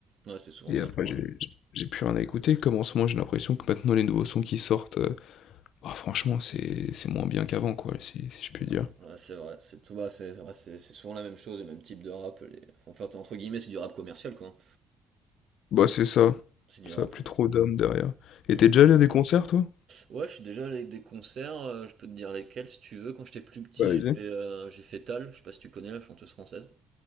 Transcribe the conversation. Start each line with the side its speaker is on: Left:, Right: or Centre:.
Right: Ouais, c'est souvent
Left: Et
Right: ça
Left: après
Right: pour.
Left: j'ai j'ai- j'ai plus rien à écouter, comme en ce moment j'ai l'impression que maintenant les nouveaux sons qui sortent, euh, bah franchement c'est c'est moins bien qu'avant, quoi, si, si je puis
Right: euh,
Left: dire.
Right: ouais, ouais, c'est vrai, c'est tout bas, c'est ouais, c'est c'est souvent la même chose, le même type de rap. Les... Enfin, entre guillemets, c'est du rap commercial, quoi. hein.
Left: Bah c'est ça,
Right: C'est du
Left: ça
Right: rap.
Left: a plus trop d'âme derrière. Et
Right: Ouais.
Left: t'es
Right: Mm.
Left: déjà allé à des concerts, toi?
Right: Ouais, je suis déjà allé à des concerts, euh, je peux te dire lesquels si tu veux. Quand j'étais plus petit,
Left: Bah, vas-y.
Right: j'ai fait, euh, j'ai fait Tal, je sais pas si tu connais la chanteuse française.